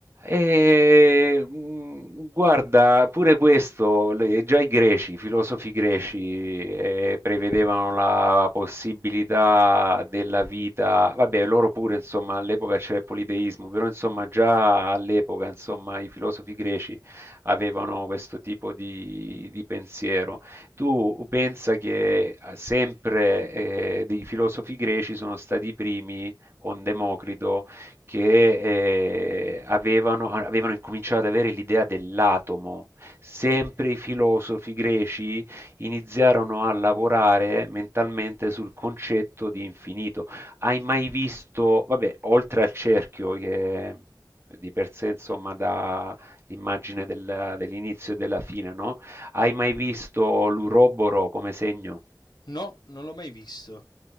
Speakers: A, on the right; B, on the left.
A: E, mh, guarda, pure questo, le- già i greci, i filosofi greci, eh, prevedevano la possibilità della vita, vabbè, loro pure, insomma, all'epoca c'era il politeismo, però, insomma, già all'epoca, insomma, i filosofi greci avevano questo tipo di, di pensiero. Tu pensa che eh, sempre, eh, dei filosofi greci sono stati i primi con Democrito che eh, avevano, avevano incominciato ad avere l'idea dell'atomo. Sempre i filosofi greci iniziarono a lavorare mentalmente sul concetto di infinito. Hai mai visto, vabbè, oltre al cerchio che di per sé insomma dà l'immagine della- dell'inizio e della fine, no? Hai mai visto l'uroboro come segno?
B: no, non l'ho mai visto.